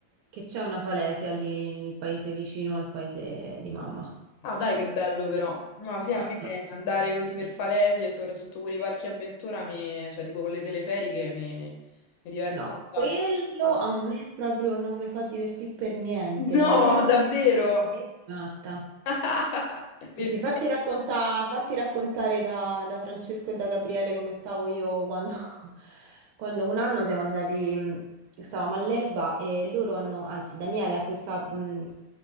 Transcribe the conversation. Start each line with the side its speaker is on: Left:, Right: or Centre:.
Right: che c'è una falesia lì nel paese vicino al paese di mamma.
Left: Ah, dai, che bello però. No, sì, a
Right: Ah,
Left: me
Right: ah.
Left: andare così per Falesi e soprattutto pure i parchi avventura, mi- cioè tipo con le teleferiche, mi, mi diverte
Right: No,
Left: un
Right: quello
Left: sacco.
Right: a me proprio non mi fa divertire per niente,
Left: No,
Right: la telefase
Left: davvero?
Right: di matta.
Left: <laughs> Perché?
Right: Sì, sì, fatti racconta- fatti raccontare da, da Francesco e da Gabriele come stavo io quando, <laughs> quando un anno siamo andati, mh, stavamo all'Elba e loro hanno, anzi Daniele ha questa mh,